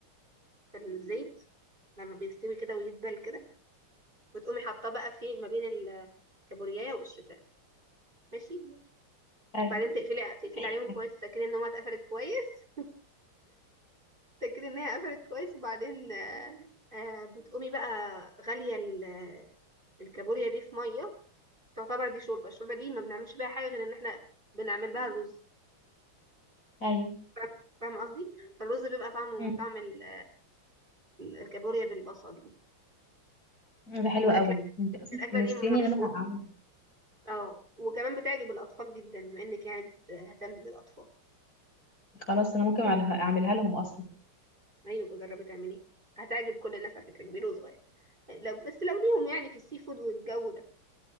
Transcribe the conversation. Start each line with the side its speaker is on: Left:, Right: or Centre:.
Right: في الزيت لما بيستوي كده ويدبل كده وتقومي حاطاه بقى في ما بين الكابوريايه والشوتان ماشي
Left: ايوه
Right: بعدين تقفلي تقفلي
Left: ايوه
Right: عليهم كويس تتاكدي ان هي اتقفلت كويس <laughs> تتاكدي ان هي قفلت كويس وبعدين آه، آه، بتقومي بقى غاليه ال- الكابوريا دي في ميه تعتبر دي شوربه الشوربه دي ما بنعملش بيها حاجه غير ان احنا بنعمل بها الرز
Left: ايوه
Right: فاهم- فاهمه قصدي فالرز بيبقى طعمه
Left: مم.
Right: من طعم ال- الكابوريا بالبصل دي
Left: ده حلو
Right: الاكله
Left: قوي انت اصلا
Right: الاكله
Left: حمستني
Right: دي مشهوره
Left: ان انا اعمل
Right: اه وكمان بتعجب الأطفال جدا بما إنك يعني بتهتم بالأطفال
Left: خلاص انا ممكن أعملها أعملها لهم اصلا
Right: أيوة بجربي تعمليه هتعجب كل الناس على فكرة كبير وصغير لو بس لو ليهم يعني في السي فود والجو ده